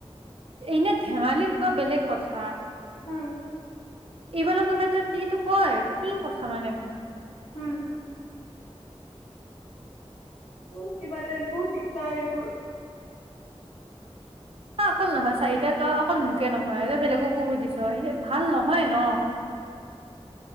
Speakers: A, on the right; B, on the left.
A: এনে ধেমালিত কোৱা বেলেগ কথা।
B: হু।
A: এইবিলাকৰ ক্ষেত্ৰত কিতো কয় কি কথা মানে বা।
B: হু। বহুত কিবা দে, বহুত‌ দিগদাৰ এইবোৰ।
A: অ' অকল নহয় চাৰিটা তই অকল মোকে নহয় তই বেলেগকো সুধিছ হেই ভাল নহয় ন।